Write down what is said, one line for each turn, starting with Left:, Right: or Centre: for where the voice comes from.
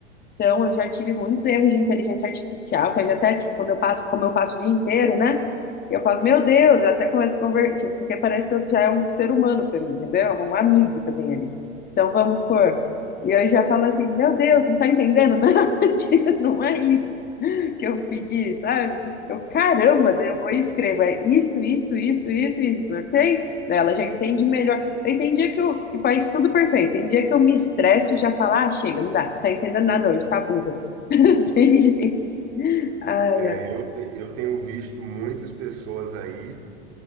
Left: então, eu já tive muitos erros de inteligência artificial, que eu já até, tipo, quando eu passo, como eu passo o dia inteiro, né? Eu falo, meu Deus, eu até começo a conversar, tipo, porque parece que eu já é um ser humano para mim, entendeu? É um amigo que eu tenho ali. Então, vamos supor. E eu já falo assim, meu Deus, não tá entendendo, não? <laughs> Tipo, Não é isso que eu pedi, sabe? Eu, caramba, daí eu vou e escrevo, é isso, isso, isso, isso, isso, ok? Daí ela já entende melhor. Tem dia que eu que faz tudo perfeito. Tem dia que eu me estresso e já falo, ah, chega, não dá, tá entendendo nada hoje, tá burra. <laughs> Tem jeito. Ai,
Right: É,
Left: ai.
Right: eu, te- eu tenho visto muitas pessoas aí